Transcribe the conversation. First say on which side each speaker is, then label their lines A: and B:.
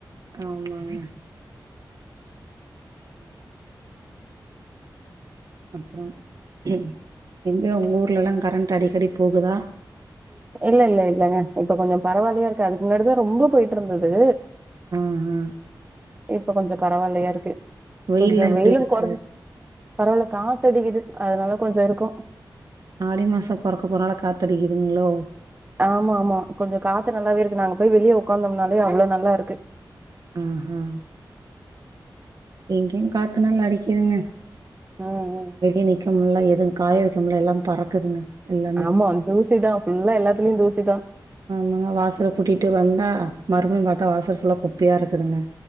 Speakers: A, on the right; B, on the right.
A: ஆமாங்க <inaudible> <unintelligible> அப்றோ எங்க உங்க ஊர்லலா கரண்ட் அடிக்கடி போகுதா
B: இல்ல இல்ல இல்லங்க இப்ப கொஞ்சோ பரவாலையா இருக்கு அதுக்கு முன்னாடிதா ரொம்ப போயிட்டு ருந்தது
A: ஆ ஹா
B: இப்ப கொஞ்சோ பரவால்லையா இருக்கு
A: வெயில்லா
B: கொஞ்சோ
A: எப்டி
B: வெயிலு
A: இருக்கு
B: கொறைஞ் பரவால்ல காத்தடிக்குது அதனால கொஞ்சோ இருக்கு
A: ஆடி மாசோ பொறக்க போனால காத்தடிக்குதுங்களோ
B: ஆமா ஆமா கொஞ்சோ காத்து நல்லாவே இருக்கு நாங்க போய் வெளியே ஒக்காந்தோம்னாலே அவ்ளோ நல்லா இருக்கு
A: ஆ ஹா இங்கேயு காத்து நல்லா அடிக்குதுங்க
B: ம் ம்
A: வெளிய நிக்கமுல்ல எதும் காயவக்கமுல்ல எல்லா பறக்குதுங்க எல்லாமே
B: ஆமா தூசிதா ஃபுல்லா எல்லாத்துலயு தூசிதா
A: ஆமாங்க வாசல கூட்டிட்டு வந்தா மறுபடியு பாத் தா வாசல் ஃபுல்லா குப்பையா இருக்குதுங்க